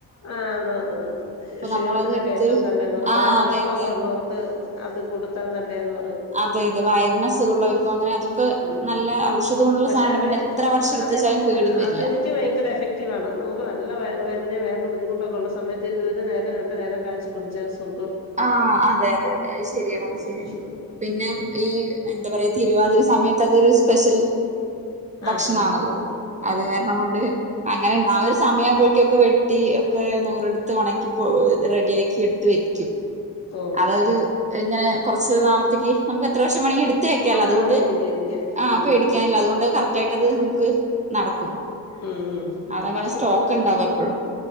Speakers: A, on the left (about 45°); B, on the right (about 20°).
A: ആ ന്ന ന്ന ന്ന ഈ ക്ഷീണത്തിനൊക്കെ
B: നമ്മളത് എടുത്ത്
A: ഏറ്റവും നല്ലതാപറ
B: ആ
A: വയറിളകൊകെ
B: അതെ അതെ
A: ഉള്ളോർക്
B: നമ്മ-
A: അത് കൊടുത്താ നല്ലെന്ന് പറ
B: അതെ അതെ വയർന്അസുഖള്ളോർക് അങ്ങനെ അതൊക്കെ
A: ഉം
B: നല്ല ഔഷധമുള്ള
A: പക്ഷെ
B: സാന
A: അത്
B: പിന്നെ എത്ര വർഷട്ത്തുവെച്ചാലും
A: അത്
B: കേടുവരില്ല
A: അതെനിക്ക് ഭയങ്കര എഫക്റ്റീവാണ് നമുക്ക് നല്ല <unintelligible> ബുദ്ധിമുട്ടൊക്കെ ഉള്ള സമയത്ത് ഇത് ഒരു നേരോ രണ്ട് നേരോ കാച്ചികുടിച്ച സു
B: ആ അതേ അതേ അതേ അത് ശരിയാണ്
A: ആഹ്
B: അത് ശരിയാണ് പിന്നെ
A: ഉം
B: ഈ എന്താപറയ തിരുവാതിര സമയത്തൊക്കെ ഒരു സ് പെഷൽ ഭക്ഷണാണല്ലോ
A: ആഹാ ഓ
B: അത്കാരണം കൊണ്ട് അങ്ങനെ നാള് സമയാവുമ്പോക്ക് ഒക്കെ വെട്ടി ഒക്കെ നൂറേട്ത് ഒണക്കി പൊ റെഡി ആക്കി എട്ത്ത് വെക്കും
A: ഓ
B: അതൊരു പിന്നെ കൊറച്ച് നാളത്തേക്ക് നമക്ക് എ എത്ര വർഷം വേണെങ്കി എട്ത്ത് വെക്കാലോ
A: ആഹ്
B: അതുകൊണ്ട്
A: ഇരിക്കാം ഇരിക്കാം
B: ആ
A: ഉം
B: പേടിക്കാനില്ല അതുകൊണ്ട് കറ കേട്ടത് നമുക്ക് നടക്കും
A: ഉം
B: അതങ്ങനെ
A: വർഷത്തോറും
B: സ്റ്റോക്ക് ഉണ്ടാവും എപ്പോഴും